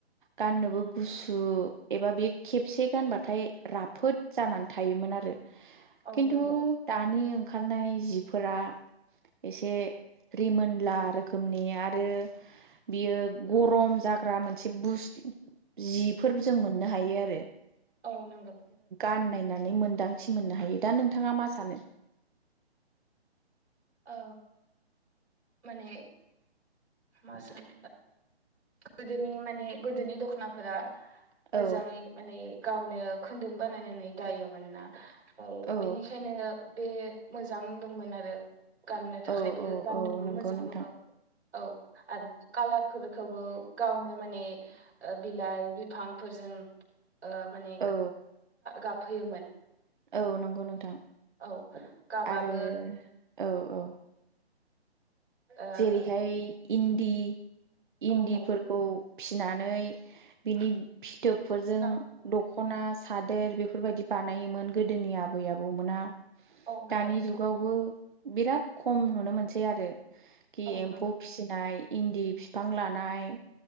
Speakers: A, on the right (about 50°); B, on the right (about 85°).
A: गाननोबो गुसु एबा बे खेबसे गानबाथाय राफोद जानानै थायोमोन आरो
B: औ
A: खिन्थु
B: नंगौ
A: दानि ओंखारनाय जिफोरा एसे रिमोनोनला रोखोमनि आरो बियो गरम जाग्रा मोनसे बुस जिफोर जों मोननो हायो आरो
B: औ नांगौ
A: गानायनानै मोनदांथि मोननो हायो दा नोंथाङा मा सानो
B: ओ माने मा सान गोदोनि माने गोदोनि दख'नाफोरा मोजाङै
A: औ
B: माने गावनो खुन्दुं बानायनानै दायोमोन ना
A: औ
B: बेनिखायनो बे मोजां दंमोन आरो गाननो थाखायबो
A: औ औ
B: गानोबो
A: औ नंगौ
B: मोजां
A: नोंथां
B: नांगौ औ आरो कालारफोर खौबो गावनो माने बिलाइ बिफांफोरजों ओ माने
A: औ
B: गाबहोयोमोन
A: औ नंगौ नोंथां
B: औ गाबाबो
A: आरो औ औ
B: ओ
A: जेरैहाय इन्दि इन्दिफोरखौ
B: औ नंगौ
A: फिनानै बिनि फिथोबफोरजों
B: नंगौ
A: दख'ना सादोर बेफोरबायदि बानायोमोन गोदोनि आबै आबौमोना
B: औ नंगौ
A: दानि
B: नोंथां
A: जुगावबो बिराद खम नुनो मोनसै आरो कि
B: औ
A: एम्फौ
B: नंगौ
A: फिसिनाय इन्दि बिफां लानाय